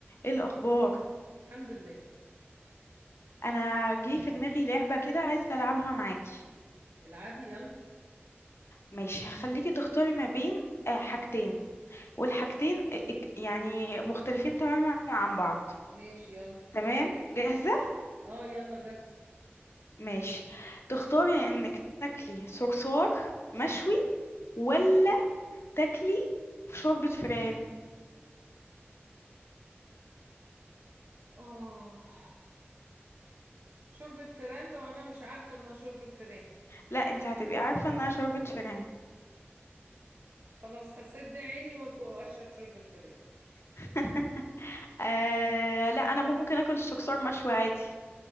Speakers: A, on the left; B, on the right.
A: ايه الاخبار
B: الحمد لله
A: انا جه في دماغي لعبه كده عايزه العبها معاكي
B: العبي يلا
A: ماشي هخليكي تختاري ما بين آه، حاجتين والحاجتين
B: اه
A: آه، اك- يعني مختلفين تماما عن بعض
B: ماشي يلا
A: تمام جاهزه
B: اه اه يلا جاهز
A: ماشي تختاري انك تاكلي صرصار مشوي ولا تاكلي شوربه فران
B: اه شوربة فران لو انا مش عارفة انها شوربة فران
A: لا انت هتبقي عارفه انها شوربه فران
B: خلاص هسد عيني وأك- واشرب شوربة فران
A: <laughs> آه لا انا ممكن اكل الصرصار مشوي عادي